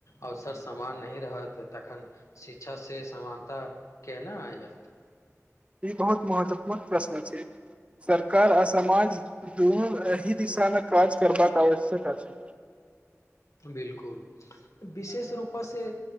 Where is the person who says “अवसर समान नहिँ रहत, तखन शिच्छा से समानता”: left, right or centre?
Left